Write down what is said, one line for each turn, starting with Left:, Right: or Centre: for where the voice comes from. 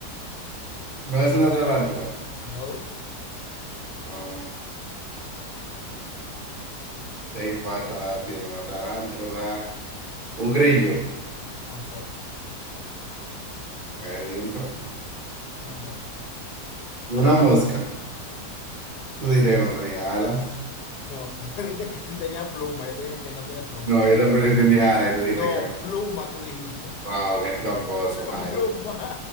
Right: No es una tarántula.
Left: no,
Right: Um, seis patas tiene una tarántula. Un grillo.
Left: tampoco.
Right: Me rindo.
Left: Una mosca.
Right: Una mosca.
Left: Sí.
Right: Tú dijiste que no tenía alas.
Left: No, tú <laughs> me dijiste que sí tenía pluma. Yo te dije que no tiene pluma.
Right: No, yo te pregunté si tenía alas y tú dijiste
Left: No,
Right: que no.
Left: pluma, tú dijiste.
Right: Wow, qué tramposo,
Left: <laughs>
Right: Jaime.
Left: Pluma.